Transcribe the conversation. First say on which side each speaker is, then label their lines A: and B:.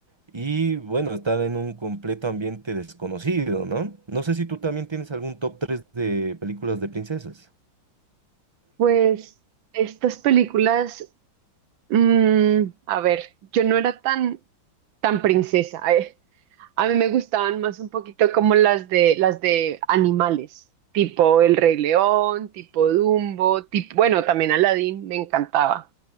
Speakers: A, on the right (about 20°); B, on the right (about 80°).
A: y bueno, estar en un completo ambiente desconocido, ¿no? No sé si tú también tienes algún top 3 de películas de princesas.
B: Pues estas películas Mm, a ver, yo no era tan, tan princesa, eh. A mí me gustaban más un poquito como las de las de animales, tipo El Rey León, tipo Dumbo, tipo, bueno, también Aladdin me encantaba,